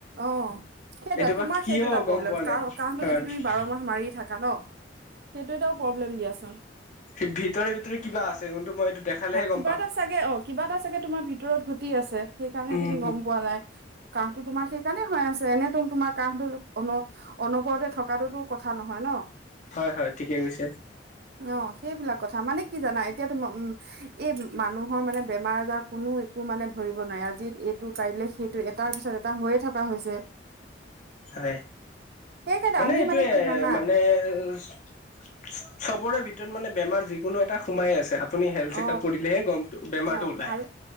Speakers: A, on the right (about 60°); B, on the left (about 45°).
A: অ'। সেইটো
B: এইটো বা
A: তোমাৰ
B: কিয়
A: সেইটো এটা প্ৰব্লেম
B: গম পোৱা নাই
A: কাহ কাহটো
B: হয়
A: যদি তুমি বাৰ মাহ মাৰি থাকা ন সেইটো এটা প্ৰব্লেম দিয়াচোন।
B: সেই ভিতৰে-ভিতৰে কিবা আছে কিন্তু মই এইটো দেখালেহে
A: অ' কিবা
B: গম পাম।
A: এটা চাগে অ' কিবা এটা চাগে তোমাৰ ভিতৰত ঘটি আছে সেই কাৰণে
B: উম
A: তুমি গম পোৱা নাই। কাহটো তোমাৰ সেইকাৰণে হৈ আছে, এনেতো তোমাৰ কাহটো অনবৰতে থকাটোতো কথা নহয়।
B: হয় হয় ঠিকে কৈছে
A: অ সেইবিলাক কথা মানে কি জানা এতিয়া উম এই মানুহৰ মানে বেমাৰ আজাৰ কোনো একো মানে ধৰিব নোৱাৰে আজি এইটো কাইলে সেইটো এটা তাৰ পিছত এটা হৈয়ে থকা হৈছে।
B: হয়।
A: সেইকাৰণে
B: মানে
A: আমি
B: এইটোয়ে
A: কি জানা
B: মানে চবৰে ভিতৰত মানে বেমাৰ যিকোনো এটা সোমাইয়ে আছে, আপুনি হেল্থ
A: অ
B: ছেকআপ কৰিলেহে গমটো বেমাৰটো
A: অ
B: ওলাই।
A: আৰু